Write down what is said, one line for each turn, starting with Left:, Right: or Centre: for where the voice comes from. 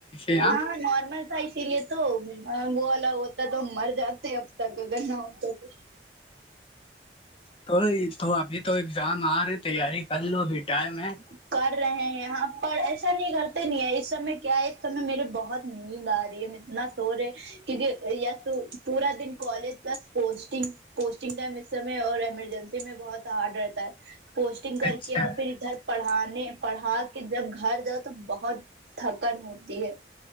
Left: یہاں
Right: ہاں
Left: <unintelligible>
Right: نارمل تھا اسی لیے تو وہ والا ہوتا ہے تو ہم مر جاتے اب تک اگر نہ ہوتا تو
Left: تو تو ابھی تو ایگزام آ رہے تیاری کر لو ابھی ٹائم ہے
Right: کر رہے ہیں ہاں پر ایسا نہیں کرتے نہیں ہے اس سمے کیا اس سمے میرے بہت نیند آ رہی ہے اتنا سو رہے کیونکہ س پورا دن college plus posting posting time اس سمے اور ایمرجنسی میں بہت ہارڈ رہتا ہے پوسٹنگ کر
Left: اچھا
Right: کے اور پھر ادھر پڑھانے پڑھا کے جب گھر جاؤ تو بہت تھکن ہوتی ہے